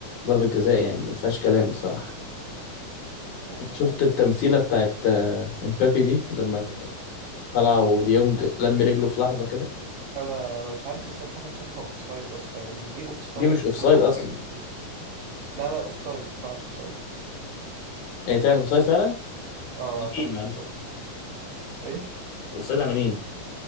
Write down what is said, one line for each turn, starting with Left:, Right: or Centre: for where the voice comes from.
Left: ضربه جزاء يعني دي ما فيهاش كلام بصراحه
Right: يعني
Left: شفت التمثيله بتاعت آه، امبابي دي لما طلع وديونج لم رجله في لحظه كده
Right: انا انا مش عارف ازاي الحكم شافها اوف سايد اصلا يعني دي اوف سايد
Left: دي مش
Right: والجول
Left: اوفسايد
Right: الاول
Left: اصلا
Right: مش offside. لا لا اوف سايد طلعت اوف سايد
Left: هي طلعت اوفسايد فعلا
Right: اه
Left: لمين
Right: طلعت
Left: معلش
Right: اوف سايد ايه
Left: اوفسايد على مين